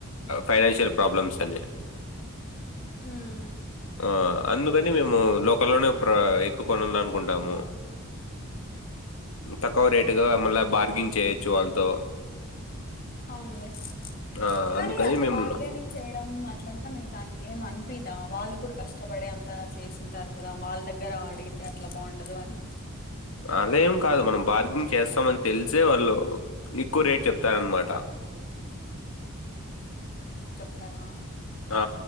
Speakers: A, on the left; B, on the left.
A: ఫైనాన్షియల్ ప్రాబ్లమ్స్ అని
B: ఉమ్
A: ఆ అందుకని మేము లోకల్లోనే ఎక్కువ కొనాల అనుకుంటాము తక్కువ రేటుగా మళ్ళా బార్గిన్ చేయొచ్చు వాళ్ళతో
B: అవునులే
A: ఆ!
B: కానీ
A: అందుకని
B: అట్లా
A: మేము
B: బార్గెనింగ్ చేయడం అట్లంతా మీకు అని ఏంని చెదా వాళ్ళు కూడా కష్టపడే అంతా చేసింటారు కదా వాళ్ళ దగ్గర అడిగితే అట్లా బాగుండదు అని
A: అలా ఏం కాదు మనం బార్గింగ్ చేస్తామని తెలిసే వాళ్ళు ఎక్కువ రేట్ చెప్తారన్నమాట
B: తర
A: ఆ